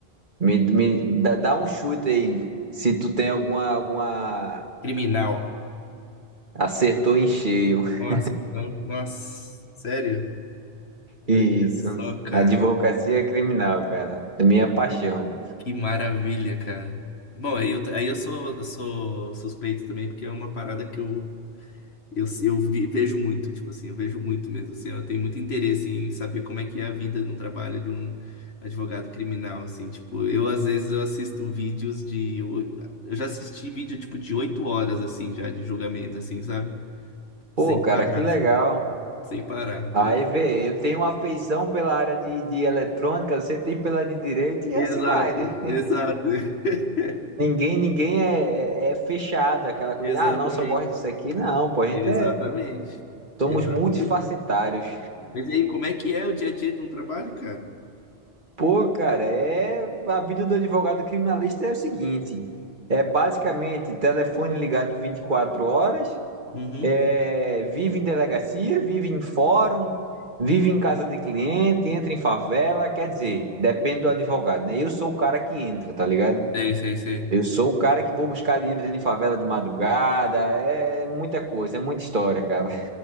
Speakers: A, on the right (about 50°); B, on the left (about 90°).
A: Me, me dá, dá um chute aí. Se tu tem alguma, alguma.
B: Criminal.
A: Acertou em cheio. <laughs>
B: Nossa, então, nossa, sério?
A: Isso.
B: Olha só, cara.
A: Advocacia criminal, cara. É minha paixão.
B: Que maravilha, cara. Bom, aí eu, aí eu sou, eu sou suspeito também, porque é uma parada que eu Eu, eu vi- vejo muito, tipo assim, eu vejo muito mesmo, assim, eu tenho muito interesse em saber como é que é a vida no trabalho de um advogado criminal, assim, tipo, eu às vezes eu assisto vídeos de, oi- eu já assisti vídeo, tipo, de oito horas, assim, já, de julgamento, assim, sabe?
A: Pô,
B: Sem
A: cara,
B: parar,
A: que legal.
B: assim, sem parar.
A: Aí
B: Eu-
A: vê, eu tenho uma afeição pela área de, de eletrônica, você tem pela de direito e
B: Exato,
A: assim vai, né?
B: exato, <laughs>
A: Ninguém, ninguém é, é, é fechado, aquela coisa,
B: exatamente,
A: ah, não, só gosto disso aqui. Não, pô, a gente
B: exatamente.
A: é. Somos
B: Exatamente.
A: multifacetários.
B: Mas e aí, como é que é o dia a dia de um trabalho, cara?
A: Pô, cara, é a vida do advogado criminalista é o seguinte: é basicamente telefone ligado 24 horas,
B: Uhum.
A: é, vive em delegacia, vive em fórum, vive em casa de cliente, entra em favela, quer dizer, depende do advogado, né? Eu sou o cara que entra, tá ligado?
B: Sei, sei, sei.
A: Eu sou o cara que vou buscar dinheiro dentro de favela de madrugada, é muita coisa, é muita história, cara.